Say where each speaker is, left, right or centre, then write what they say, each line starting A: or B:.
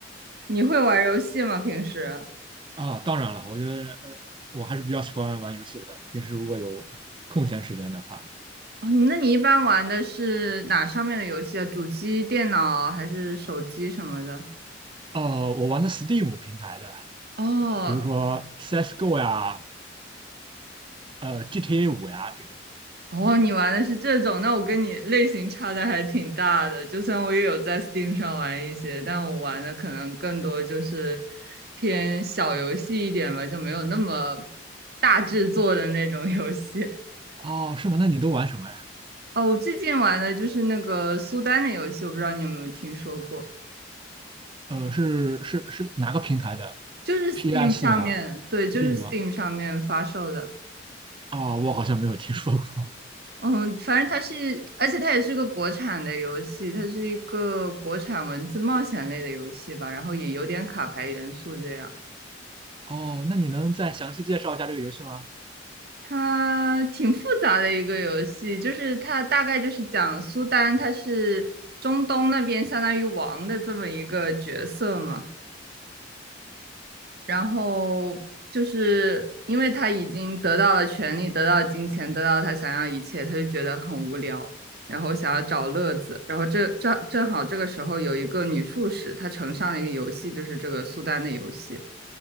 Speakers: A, on the right; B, on the right.
A: 你会玩游戏吗？平时？
B: 啊，当然了，我觉得呃，我还是比较喜欢玩游戏的，平时如果有空闲时间的话。
A: 哦，那你一般玩的是哪上面的游戏啊？主机、电脑还是手机什么的？
B: 呃，我玩的 Steam 平台的，
A: 哦，
B: 比如说 CSGO 呀，呃，GTA 五呀这种。
A: 哦，你玩的是这种，那我跟你类型差的还挺大的。就算我也有在 Steam 上玩一些，但我玩的可能更多就是偏小游戏一点吧，就没有那么大制作的那种游戏。
B: 哦，是吗？那你都玩什么呀？
A: 哦，我最近玩的就是那个苏丹的游戏，我不知道你有没有听说过，
B: 呃，是是是哪个平台的
A: 就是 Steam
B: ？PS
A: 上面，
B: 吗
A: 对，就是
B: ？Steam
A: Steam
B: 吗？
A: 上面发售的。
B: 哦，我好像没有听说过。
A: 嗯，反正它是，而且它也是个国产的游戏，它是一个国产文字冒险类的游戏吧，然后也有点卡牌元素这样。
B: 哦，那你能再详细介绍一下这个游戏吗？
A: 它挺复杂的一个游戏，就是它大概就是讲苏丹，他是中东那边相当于王的这么一个角色嘛，然后就是因为他已经得到了权利，得到了金钱，得到了他想要的一切，他就觉得很无聊，然后想要找乐子。然后这这正好这个时候有一个女术士，她呈上了一个游戏，就是这个苏丹的游戏，